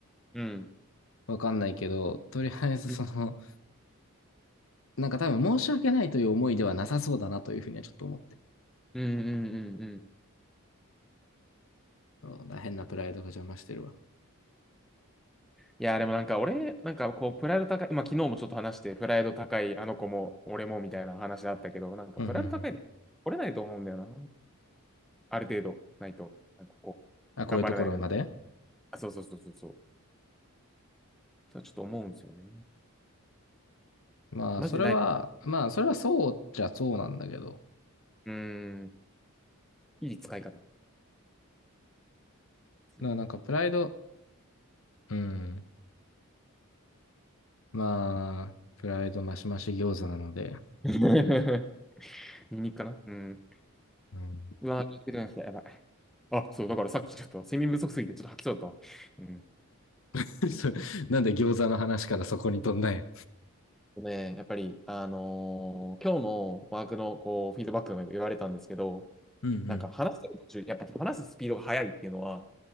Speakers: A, in the centre; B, on the left (about 65°).
A: うん。
B: わかんないけど、とりあえずその、
A: うん
B: なんか多分申し訳ないという思いではなさそうだなというふうにはちょっと思って。
A: うんうんうんうん。
B: うんだから変なプライドが邪魔してるわ。
A: いや、でもなんか俺、なんかこう、プライド高い、まあ昨日もちょっと話して、プライド高い、あの子も、俺もみたいな話あったけど、なんかプライド高いで、
B: うんうんうん
A: 折れないと思うんだよな。ある程度、ないと。なんかこう、
B: あ、こういうところまで。
A: 頑張らないと。あ、そうそうそうそうそう。そうちょっと思うんですよね。
B: まあ、
A: マジでない。
B: それは、
A: う
B: まあ、それはそうじゃそうなんだけど。
A: ーん、いい使い方ですね。
B: ななんか、プライド、うん。まあ、プライドマシマシ餃子なので。
A: <laughs> ニンニクかなうん。
B: うん。
A: うわ、気をつけてください。やばい。あ、そう、だからさっきちょっと睡眠不足すぎてちょっと吐きそうだったわ。うん
B: <laughs> そなんで餃子の話からそこに飛んだんや。
A: ね、やっぱり、あのー今日のワークのこうフィードバックでも言われたんですけど、
B: うんうん。
A: なんか話してる途中、やっぱ話すスピードが速いっていうのは、